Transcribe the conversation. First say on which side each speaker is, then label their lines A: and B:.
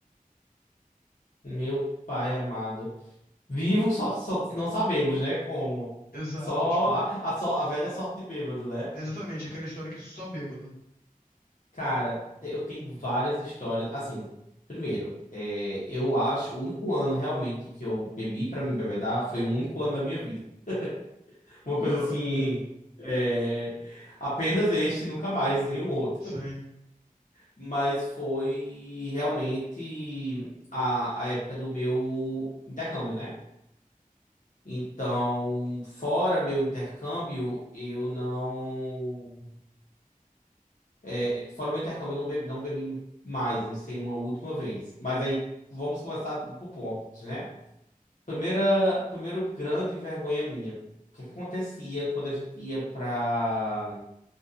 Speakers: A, on the left; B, on the left.
A: meu pai amado. Vivo só, só não sabemos, né? Como.
B: Exato,
A: Só
B: é tipo,
A: a, a, só a velha sorte de bêbado, né?
B: é exatamente aquela história que só bêbado.
A: Cara, te- eu tenho várias histórias. Assim, primeiro, é, eu acho o único ano realmente que eu bebi pra me embebedar foi o único ano da minha vida. <laughs> Uma coisa
B: Aham,
A: assim. é, apenas este, nunca mais, nenhum outro.
B: sim.
A: Mas foi realmente a, a época do meu intercâmbio, né? Então, fora meu intercâmbio, eu não. é, é, fora meu intercâmbio, eu não bebi, não bebi mais, eu não sei, uma última vez. Mas aí vamos começar por pontos, né? Primeira, primeiro grande vergonha minha. O que é que acontecia quando a gente ia pra.